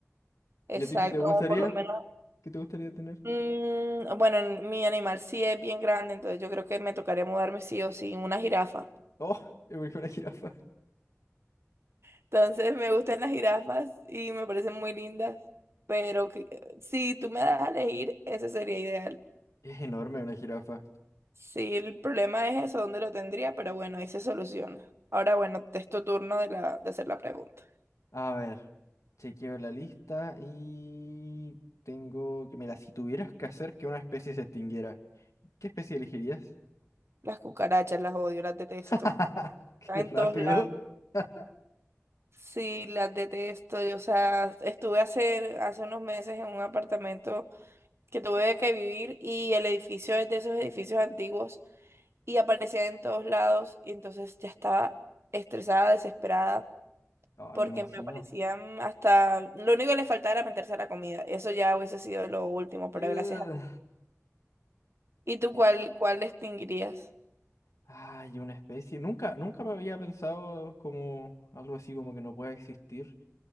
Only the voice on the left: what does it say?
¿Y a ti qué te gustaría?
¿Qué te gustaría tener?
Oh, <laughs> igual que una jirafa.
Es enorme una jirafa.
A ver, chequeo la lista y tengo que... Mira, si tuvieras que hacer que una especie se extinguiera, ¿qué especie elegirías?
<laughs> ¡Qué
rápido!
<laughs>
Ah,
me imagino.
Ugh.
Y-
Ay, una especie. Nunca, nunca me había pensado como algo así como que no pueda existir.